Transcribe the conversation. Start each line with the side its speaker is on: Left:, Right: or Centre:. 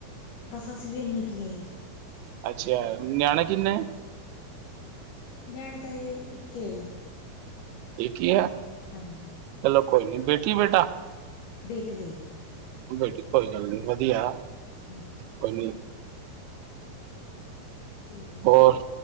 Left: ਬਸ ਅਸੀਂ ਵੀ ਇੰਨੀ ਕੀ ਆ ਜੀ।
Right: ਅੱਛਾ, ਨਿਆਣੇ ਕਿੰਨੇ?
Left: ਨਿਆਣੇ ਤਾਂ ਅਜੇ ਇੱਕ ਐ ਜੀ।
Right: ਏਕ ਈ ਆ।
Left: ਹਾਂਜੀ।
Right: ਚਲੋ ਕੋਈ ਨਾ ਬੇਟੀ-ਬੇਟਾ?
Left: ਬੇਟੀ ਆਂ ਜੀ।
Right: ਬੇਟੀ ਕੋਈ ਗੱਲ ਨੀ ਵਧੀਆ
Left: ਹਾਂਜੀ।
Right: ਕੋਈ ਨੀ
Left: ਤੇ,
Right: ਹੋਰ